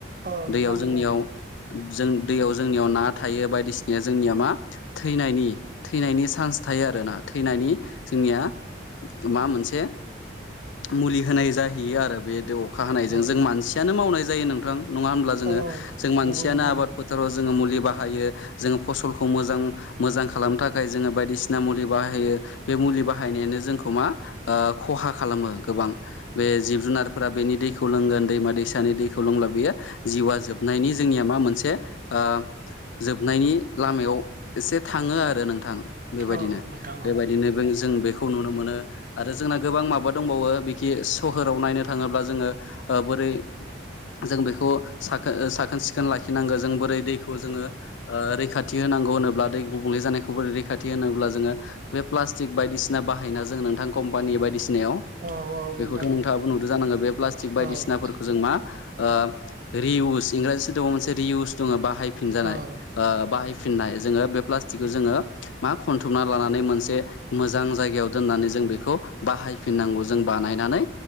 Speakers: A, on the right (about 45°); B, on the left (about 75°).
A: औ नोंथां
B: दैयाव
A: नंगौ
B: जोंनियाव जों दैयाव जोंनियाव ना थायो बायदिसिनाया जोंनिया मा थैनायनि थैनायनि सान्स थायो आरोना थैनायनि जोंनिया मा मोनसे मुलि होनाय जाहैयो आरो बे देव अखा हानायजों
A: औ
B: जों मानसियानो मावनाय जायो नोंथां नङा होमब्ला जोङो
A: औ
B: जों मानसियानो
A: नंगौ नोंथां
B: आबाद फोथाराव जोङो मुलि बाहायो जोङो फसलखौ मोजां मोजां खालामनो था खाय जोङो बायदिसिना मुलि बाहायो बे मुलि बाहायनायानो जोंखौ मा ओ खहा खालामो गो बां बे जिब जुनारफोरा बेनि दैखौ लोंगोन दैमा दैसानि दैखौ लोंब्ला बेयो जिउआ जोबनाय <unintelligible> जोंनिया मा मोनसे ओ जोबनायनि लामायाव एसे थाङो आरो नों थां बेबायदिनो
A: औ नोंथां औ
B: बेबायदिनो बै जों बे खौ नुनो मोनो आरो जोंना गोबां माबा दंबावो बिखि सोहोराव नायनो थाङोब जोङो ओ ब्रै जों बेखौ साखो साखोन-सिखोन लाखिनांगो जों बोरै दैखौ जोङो ओ रैखाथि खौ होनोब्ला दै गुबुंले जानायखौ रैखाथि होनोब्ला जोङो बे प्लास्टिक बायदिसिना बाहायना जोंङो नोंथां कम्पानि बायदिसि नायाव
A: औ औ
B: बेखौथ'
A: नोंथां
B: नोंथाङाबो
A: औ
B: नुदो जानांगो बे प्लाष्टिक बायदिसिनाफोरखौ
A: औ
B: जों मा ओ रि उस इंराजि सोदोबाव मोनसे रि उस दङो बाहायफिनजानाय
A: औ
B: ओ बाहाय फिननाय जोङो बे प्लास्टिकखौ जोङो मा खनथुमना लानानै मोनसे मोजां जायगायाव दोननानै जों बेखौ बाहायफिननांगौ जों बानायनानै